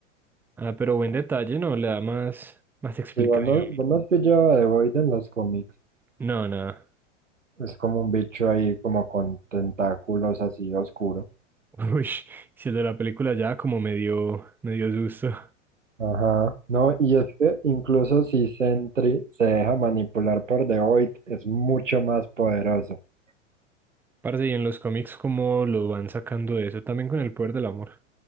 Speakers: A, in the centre; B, on the right.
A: Ah, pero buen detalle, ¿no? Le da más, más explicación.
B: Si vos no, vos no has pillado a The Void en los cómics,
A: No, nada.
B: es como un bicho ahí como con tentáculos así oscuro.
A: <laughs> Uy, si el de la película ya como me dio, me dio susto.
B: Ajá. No, y es que incluso si Sentry se deja manipular por The Void, es mucho más poderoso. <clears throat>
A: Parce, y en los cómics, ¿cómo lo van sacando de eso? También con el poder del amor.